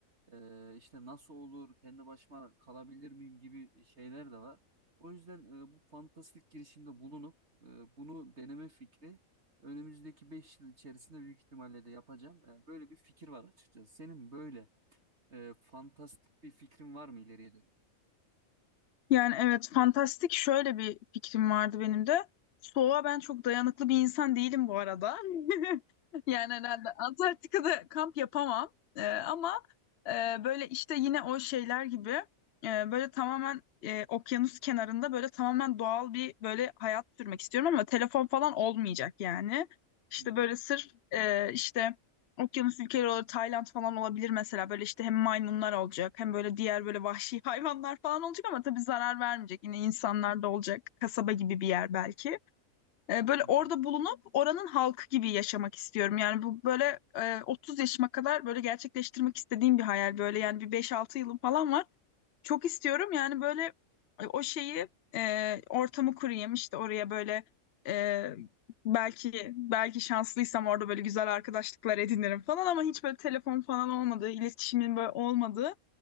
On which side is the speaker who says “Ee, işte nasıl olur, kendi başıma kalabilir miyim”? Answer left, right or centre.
Right